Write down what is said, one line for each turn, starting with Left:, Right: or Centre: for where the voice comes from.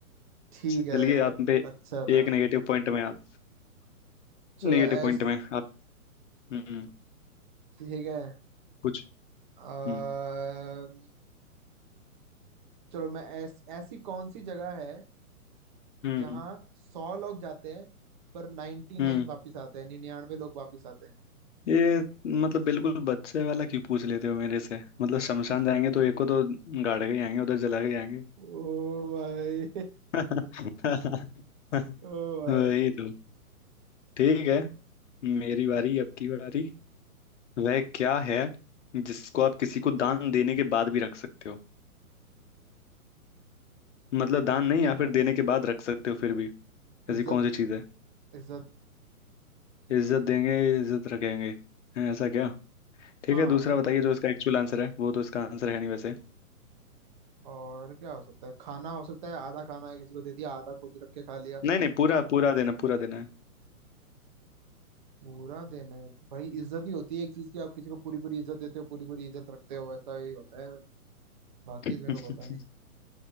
Right: ठीक
Left: चलिए
Right: है
Left: आप पे
Right: अच्छा था
Left: एक नेगेटिव पॉइंट में आप
Right: चलो
Left: नेगेटिव
Right: ऐस
Left: पॉइंट में आप हम्म
Right: ठीक है
Left: कुछ
Right: आ,
Left: हम्म
Right: चलो मैं ऐस, ऐसी कौन सी जगह है
Left: हम्म
Right: जहाँ सौ लोग जाते हैं पर नाइन्टी
Left: हम्म
Right: नाइन वापिस आते हैं निन्यानवे लोग वापिस आते हैं
Left: ये मतलब बिल्कुल बच्चे वाला क्यों पूछ लेते हो मेरे से मतलब शमशान जाएंगे तो एक को तो गाड़ के ही आएंगे उधर जला के ही आएंगे
Right: ओ भाई
Left: <laughs>
Right: <laughs> ओ भाई
Left: वही तो ठीक है मेरी बारी अब की बारी वह क्या है जिसको आप किसी को दान देने के बाद भी रख सकते हो मतलब दान नहीं या फिर देने के बाद रख सकते हो फिर भी ऐसी
Right: इज्जत
Left: कौन सी चीज है
Right: इज्जत
Left: इज्जत देंगे इज्जत रखेंगे हैं, ऐसा क्या ठीक
Right: हाँ
Left: है दूसरा बताइए जो इसका एक्चुअल आंसर है वो तो इसका आंसर है नहीं वैसे
Right: और क्या हो सकता है खाना हो सकता है आधा खाना है किसी को दे दिया आधा खुद रख के खा लिया
Left: नहीं नहीं पूरा पूरा देना पूरा देना है
Right: पूरा दिन है तो भाई इज्जत ही होती है एक चीज की आप किसी को पूरी पूरी इज्जत देते हो पूरी पूरी इज्जत रखते हो वैसा ही होता है बाकी
Left: <laughs>
Right: तो मेरे को पता नहीं